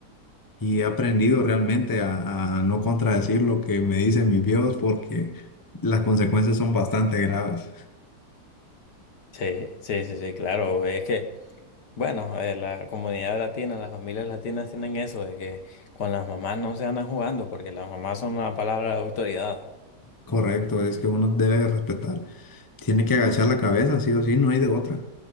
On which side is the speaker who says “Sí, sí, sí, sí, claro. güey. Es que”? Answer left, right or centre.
Left